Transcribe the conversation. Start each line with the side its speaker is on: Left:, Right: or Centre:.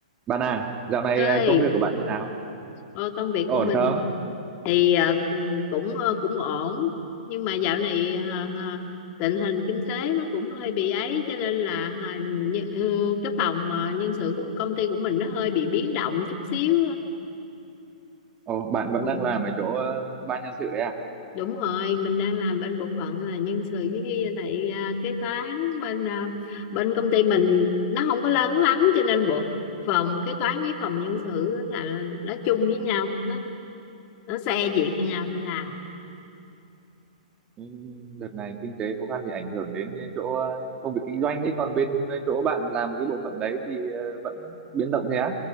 Right: Bạn à, dạo này
Left: ơi
Right: ờ, công việc của bạn như nào?
Left: ô, công việc
Right: Có
Left: của
Right: ổn
Left: mình
Right: không?
Left: thì ờ, ừ, cũng ờ, cũng ổn nhưng mà dạo này ờ, ờ, tình hình kinh tế nó cũng hơi bị ấy cho nên là ờ, như- ừ, cái phòng ờ, nhân sự của công ty của mình nó hơi bị biến động chút xíu
Right: Ồ, bạn vẫn
Left: Ừ,
Right: đang làm ở chỗ ờ, ban nhân sự đấy à?
Left: đúng rồi mình đang làm bên bộ phận là nhân sự với lại à, kế toán bên à, bên công ty mình nó không có lớn lắm cho nên bộ phòng kế toán với phòng nhân sự á là nó chung với nhau nó nó xe việc cho nhau nó làm
Right: Ừ, Đợt này kinh tế khó khăn thì ảnh hưởng đến cái chỗ ờ, công việc kinh doanh ấy, còn bên ờ, chỗ bạn làm cái bộ phận đấy thì ờ, vẫn biến động thế á?